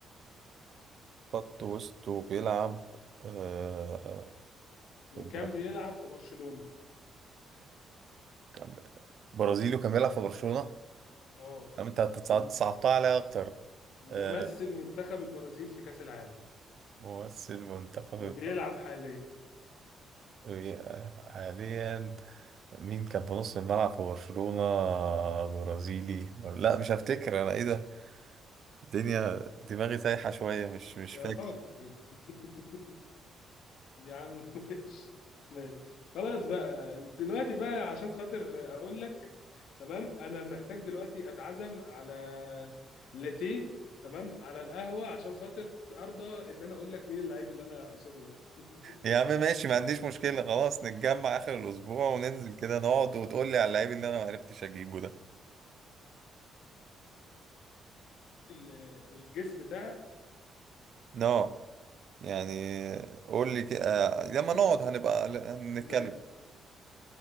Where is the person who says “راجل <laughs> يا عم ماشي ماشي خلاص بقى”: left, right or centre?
Left